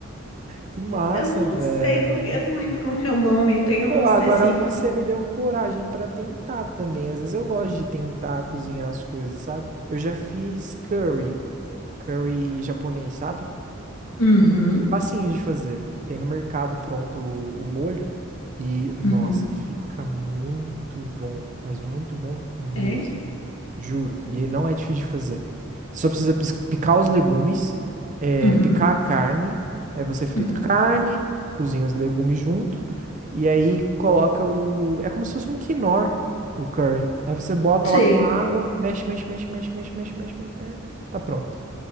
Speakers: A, on the right; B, on the left.
A: que massa,
B: Eu não
A: velho.
B: sei como que, eu não lembro como que é o nome, tem um
A: Pô,
B: nome específico.
A: agora você me deu coragem pra tentar também. Às vezes eu gosto de tentar cozinhar as coisas, sabe? Eu já fiz curry. curry japonês, sabe?
B: Uhum,
A: Facinho de fazer. Tem no mercado pronto o, o molho. E, nossa,
B: uhum,
A: fica muito bom. Mas muito bom mesmo.
B: é,
A: Juro. E ele não é difícil de fazer. Só precisa pis- picar os legumes, é,
B: uhum,
A: picar a carne. Aí você frita
B: uhum,
A: a carne, cozinha os legumes junto. E aí coloca o. É como se fosse um quinor, o curry. Aí você bota
B: sei.
A: lá com água, mexe, mexe, mexe, mexe, mexe, mexe, mexe, mexe, mexe. Tá pronto.